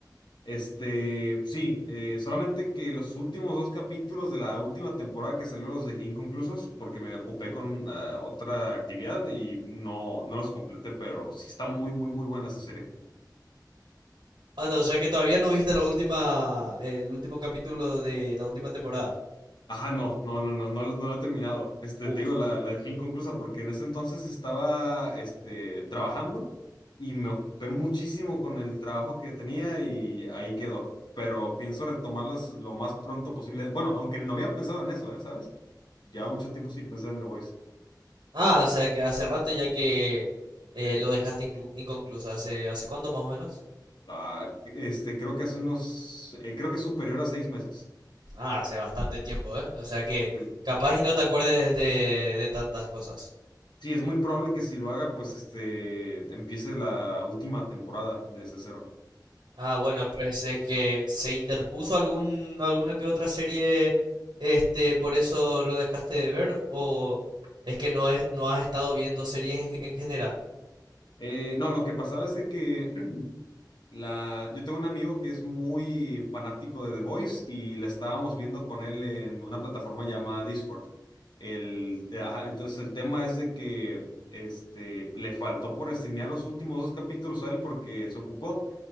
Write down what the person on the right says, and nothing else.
Ah, no, o sea que todavía no viste la última, el último capítulo de la última temporada.
Uf,
Ah, o sea que hace rato ya que eh, lo dejaste inclu- inconcluso. ¿Hace, hace cuánto más o menos?
Ah, hace bastante tiempo, ¿eh? O sea que
capaz y no te acuerdes de, de tantas cosas.
Ah, bueno, pues es que se interpuso algún, alguna que otra serie, este, por eso lo dejaste de ver, o es que no es, no has estado viendo series en, en general.